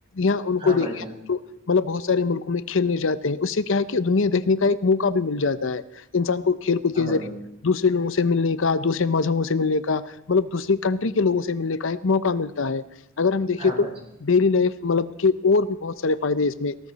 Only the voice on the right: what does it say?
ہاں
بھائی
جان
ہاں
بھائی
جان
ہاں بھائی
جان